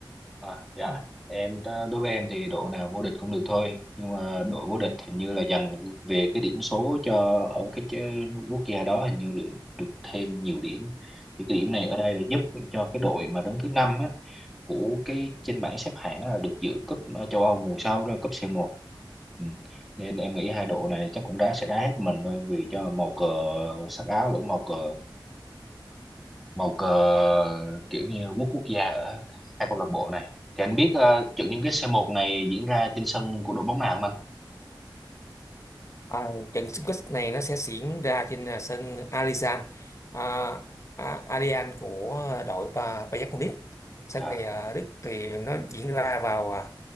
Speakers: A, in the centre; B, on the left (about 35°).
A: À, dạ
B: ừ.
A: em đó- đối với em thì đội nào vô địch cũng được thôi nhưng mà đội vô địch hình như là dành về cái điểm số cho ở cái ch- quốc gia đó hình như được được thêm nhiều điểm thì cái điểm này ở đây là giúp cho cái đội mà đứng thứ năm á của cái trên bảng xếp hạng á là được dự cúp ờ, châu Âu mùa sau đó cúp C1 ừ. nên em nghĩ hai đội này chắc cũng đá sẽ đá hết mình thôi vì cho màu cờ sắc áo lẫn màu cờ màu cờ kiểu như quốc quốc gia ở hai câu lạc bộ này thì anh biết uh, trận chung kết c một này diễn ra trên sân của đội bóng nào không anh?
B: À, trận xung kích này nó sẽ diễn ra trên à, sân Alizan à, à, Allianz của đội Ba- Bayern Munich. Sân
A: À,
B: này ở Đức thì nó diễn ra vào à,